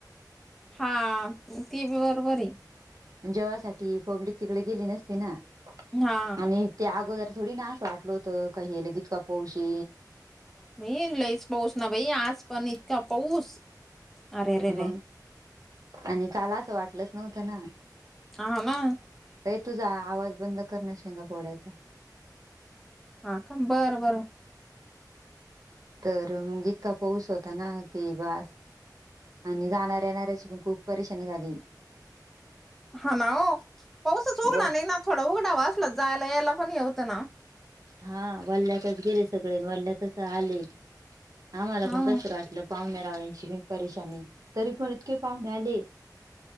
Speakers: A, in the centre; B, on the right.
A: हा, ती बी बरोबर आहे.
B: जेवासाठी पब्लिक तिकडे गेली नसती ना,
A: हा
B: आणि त्या अगोदर थोडी ना असं वाटल होतं काही हेलंगितका पोशी,
A: बई लईच पाऊस ना बाई आज पण इतका पाऊस. अरे रे
B: मग
A: रे
B: आणि काल असं वाटलंच नव्हतं ना.
A: हा मग
B: ताई तुझा आवाज बंद कर ना शेंगा फोडायचा.
A: हा का बरं बरं
B: तर मग इतका पाऊस होता ना की बास. आणि जाणार येणाऱ्याची पण खूप परेशानी झाली.
A: हा ना हो पाऊसच
B: वय
A: उघड नाही ना थोडा उघडा वाचलाच जायला यायला पण हे होत ना.
B: हा वल्ल्यातच गेले सगळे वल्ल्यातच आले. आम्हाला
A: हा
B: पन कसतरी वाटलं पावनं रावळ्यांची परेशानी तरी पण इतके पाहुणे आले.